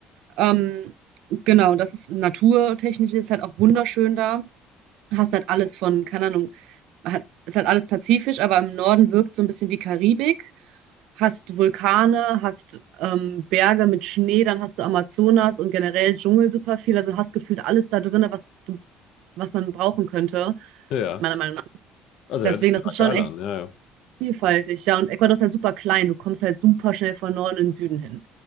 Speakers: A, on the right; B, on the left.
A: Ähm, genau, das ist naturtechnisch, ist halt auch wunderschön da hast halt alles von, keine Ahnung, hat, ist halt alles pazifisch, aber im Norden wirkt so ein bisschen wie Karibik. Hast Vulkane, hast ähm, Berge mit Schnee, dann hast du Amazonas und generell Dschungel super viel. Also hast gefühlt alles da drin, was du, was man brauchen könnte,
B: ja.
A: meiner Meinung nach.
B: Also
A: Deswegen,
B: hört sich total
A: das ist
B: geil
A: schon echt
B: an, ja, ja.
A: vielfältig. Ja, und Ecuador ist halt super klein. Du kommst halt super schnell von Norden in den Süden hin.